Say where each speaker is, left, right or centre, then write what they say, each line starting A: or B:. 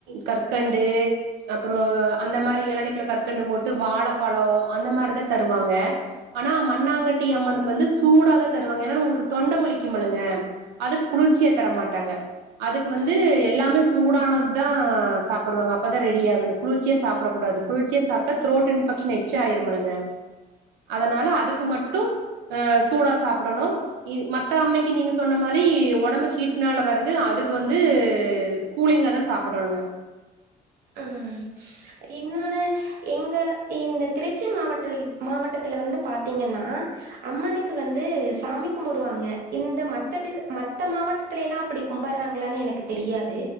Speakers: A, on the right (about 90°); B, on the right (about 65°).
A: கற்கண்டு அப்றோ அந்த மாரி எளநீக்குள்ள கற்கண்டு போட்டு வாழப்பழோ அந்த மாரிதா தருவாங்க ஆனா மண்ணாங்கட்டி அம்மனுக்கு வந்து சூடாதா தருவாங்க ஏனா நம்மளுக்கு தொண்ட வலிக்குமுல்லங்க அதுக்கு குளுர்ச்சியா தர மாட்டாங்க அதுக்கு வந்து
B: ம்
A: எல்லாமே சூடானது தா சாப்புடுவாங்க அப்பதா ரெடி ஆகுனு குளுர்ச்சியா சாப்டக்கூடாது குளுர்ச்சியா சாப்டா த்ரோட் இன்பக்ஷன் எச்ச ஆயிருமுல்லங்க அதனால அதுக்கு மட்டு அ சூடா சாப்புடணு இ மத்த அம்மைக்கு நீங்க சொன்ன மாரி ஒடம்பு ஹீட்னால வர்றது அதுக்கு வந்து கூலிங்கா தா சாப்டணுங்க
B: ம் இன்னோனு எங்க இந்த திருச்சி மாவட்டல் மாவட்டத்துல வந்து பாத்தீங்கன்னா அம்மனுக்கு வந்து சாமி கும்பிடுவாங்க இந்த மத்டி மத்த மாவட்ட த்தி எல்லா அப்பிடி கும்படுறாங்களனு எனக்கு தெரியாது